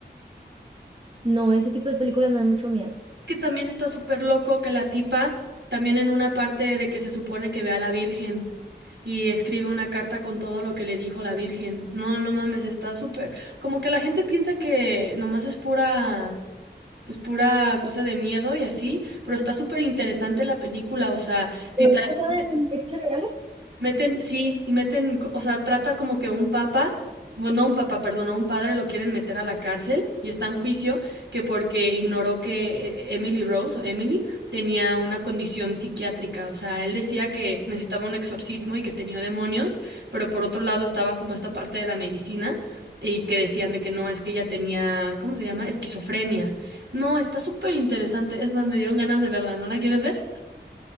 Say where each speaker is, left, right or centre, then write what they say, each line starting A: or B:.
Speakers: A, on the right; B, on the right.
A: No, ese tipo de películas me dan mucho miedo.
B: que también está súper loco que la tipa, también en una parte de que se supone que ve a la Virgen y escribe una carta con todo lo que le dijo la Virgen. No, no mames, está súper. Como que la gente piensa que nomás es pura, pues pura cosa de miedo y así, pero está súper interesante la película, o sea,
A: ¿Pero
B: literalmente
A: es basada en hechos reales?
B: Meten, sí, y meten, co- o sea, trata como que un papa, bueno, no un papa, perdón, a un padre lo quieren meter a la cárcel y está en juicio que porque ignoró que eh, Emily Rose o Emily tenía una condición psiquiátrica, o sea, él decía que necesitaba un exorcismo y que tenía demonios, pero por otro lado estaba como esta parte de la medicina y que decían de que no, es que ella tenía, ¿cómo se llama? Esquizofrenia. No, está súper interesante, es más, me dieron ganas de verla, ¿no la quieres ver?